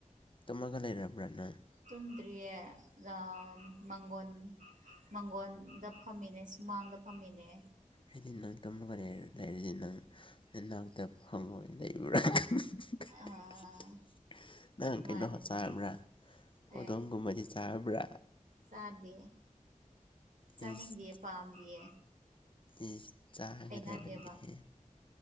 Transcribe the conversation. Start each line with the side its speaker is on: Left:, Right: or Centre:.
Left: ꯇꯨꯝꯃꯒ ꯂꯩꯔꯕ꯭ꯔꯥ ꯅꯪ
Right: ꯇꯨꯝꯗ꯭ꯔꯤꯌꯦ ꯔꯝ ꯃꯪꯒꯣꯟ ꯃꯪꯒꯣꯟꯗ ꯐꯝꯃꯤꯅꯦ ꯁꯨꯃꯥꯡꯗ ꯐꯝꯃꯤꯅꯦ꯫
Left: ꯑꯩꯗꯤ ꯅꯪ ꯇꯨꯝꯒꯔꯦ ꯂꯩꯔꯤꯗꯤ ꯅꯪ ꯅꯅꯥꯛꯇ ꯐꯪꯉꯣꯏ ꯂꯩꯕꯔ ꯈꯪ <unintelligible>
Right: ꯑꯥ
Left: ꯅꯪ
Right: ꯃꯥꯅꯤꯅꯦ
Left: ꯀꯩꯅꯣ ꯆꯥꯕ꯭ꯔꯥ ꯍꯧꯗꯣꯡꯒꯨꯝꯕꯗꯤ
Right: ꯑꯦ
Left: ꯆꯥꯕ꯭ꯔꯥ?
Right: ꯆꯥꯗꯦ ꯆꯥꯅꯤꯡꯗꯤꯑꯦ
Left: ꯏꯁ
Right: ꯄꯥꯝꯗꯤꯌꯦ꯫
Left: ꯏꯁ ꯆꯥꯒꯗꯕꯅꯦꯍꯦ꯫
Right: ꯍꯩꯅꯗꯦꯕ